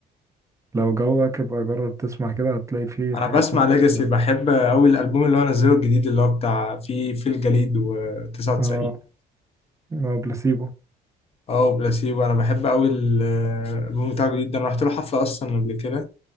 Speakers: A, on the right (about 15°); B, on the left (about 35°).
A: لو جوك يبقى جرب تسمع كده هتلاقي فيه
B: انا
A: حاجات
B: بسمع
A: ممكن
B: ليجاسي
A: ت-
B: بحب قوي الالبوم اللي هو نزله الجديد اللي هو بتاع في في الجليد و99
A: اه اه بلاسيبو
B: اه وبلاسيبو انا بحب قوي الالبوم بتاعه الجديد ده انا رحت له حفلة اصلا قبل كده